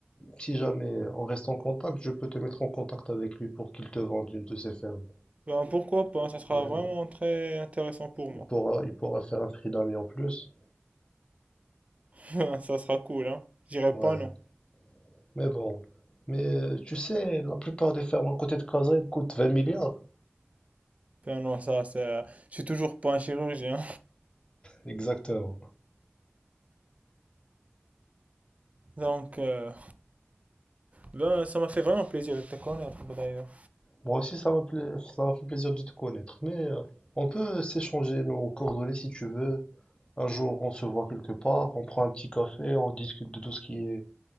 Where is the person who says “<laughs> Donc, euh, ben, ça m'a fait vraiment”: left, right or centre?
Right